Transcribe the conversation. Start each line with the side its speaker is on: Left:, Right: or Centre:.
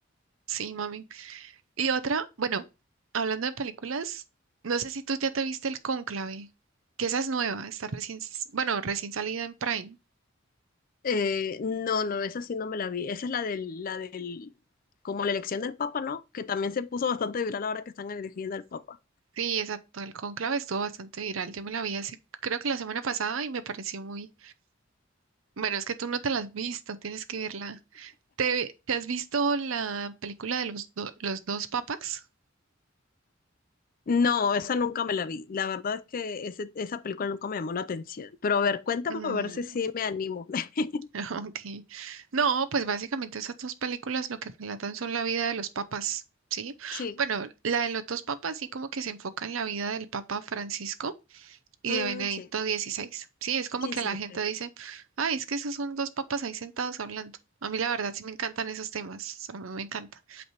Right: sí, mami. Y otra, bueno, hablando de películas, no sé si tú ya te viste El Cónclave, que esa es nueva, está recién, bueno, recién salida en Prime.
Left: Eh, no, no, esa sí no me la vi. Esa es la del, la del, como la elección del Papa, ¿no? Que también se puso bastante viral ahora que están eligiendo al Papa.
Right: Sí, exacto. El Cónclave estuvo bastante viral. Yo me la vi hace, creo que la semana pasada y me pareció muy Bueno, es que tú no te la has visto, tienes que verla. ¿Te, te has visto la película de los, do- los dos papas?
Left: No, esa nunca me la vi. La verdad es que ese- esa película nunca me llamó la atención. Pero a ver, cuéntame
Right: Mm,
Left: a ver si sí me animo. <laughs>
Right: <laughs> ok. No, pues básicamente esas dos películas lo que relatan son la vida de los papas, ¿sí?
Left: Sí,
Right: Bueno, la de los dos papas sí como que se enfoca en la vida del Papa Francisco y
Left: mm,
Right: de Benedicto
Left: sí,
Right: XVI, ¿sí? Es como
Left: sí,
Right: que
Left: sí,
Right: la
Left: ok.
Right: gente dice, ay, es que esos son dos papas ahí sentados hablando. A mí la verdad sí me encantan esos temas, a mí me encanta.